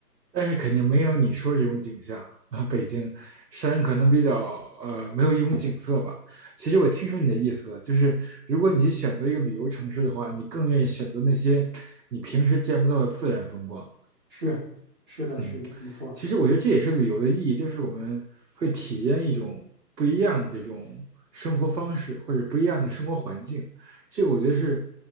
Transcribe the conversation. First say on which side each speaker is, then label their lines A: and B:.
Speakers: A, on the right (about 80°); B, on the right (about 30°).
A: 但是肯定没有你说这种景象啊。北京山可能比较呃没有一种景色吧。其实我听出你的意思了，就是如果你选择一个旅游城市的话，你更愿意选择那些你平时见不到的自然风光。
B: 是是的，
A: 嗯，
B: 是的，没错。
A: 其实我觉得这也是旅游的意义，就是我们会体验一种不一样的这种生活方式，或者不一样的生活环境。这个我觉得是